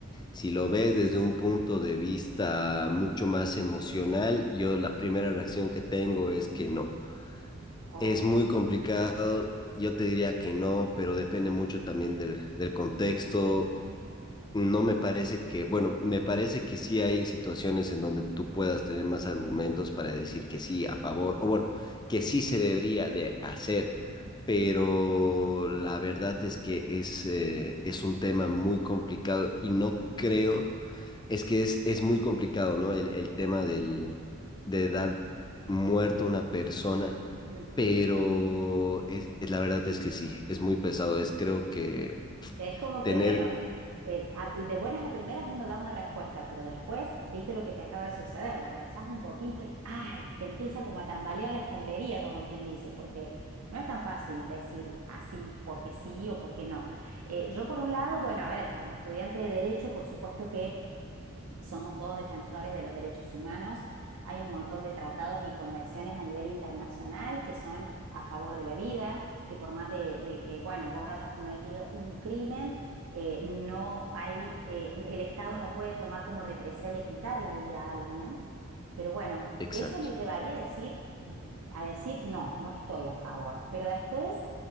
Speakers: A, on the left (about 20°); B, on the right (about 85°).
A: si lo ves desde un punto de vista mucho más emocional, yo la primera reacción que tengo es que no.
B: Ok.
A: Es muy complicado, yo te diría que no, pero depende mucho también del, del contexto. No me parece que, bueno, me parece que sí hay situaciones en donde tú puedas tener más argumentos para decir que sí a favor, o bueno, que sí se debería de hacer, pero la verdad es que es, eh, es un tema muy complicado y no creo es que es, es muy complicado, ¿no? El, el tema del, de dar muerto a una persona,
B: Ujú.
A: pero es, es- la verdad es que sí, es muy pesado. Es creo que
B: Es como que,
A: tener,
B: bueno, eh, a- de buenas a primeras uno da una respuesta, pero después viste lo que te acaba de suceder, lo pensás un poquito y ¡ay! te empieza como a tambalear la estantería, como quien dice, porque no es tan fácil decir así porque sí o porque no. Eh, yo por un lado, bueno, a ver, como estudiante de derecho, por supuesto que somos todos defensores de los derechos humanos. Hay un montón de tratados y convenciones a nivel internacional que son a favor de la vida, que por más de, de que, bueno, vos hayas cometido un crimen, eh, no hay, eh, el Estado no puede tomar como represalia quitar la vida a alguien. Pero bueno,
A: exacto,
B: eso me llevaría a decir, a decir, no, no estoy a favor. Pero después,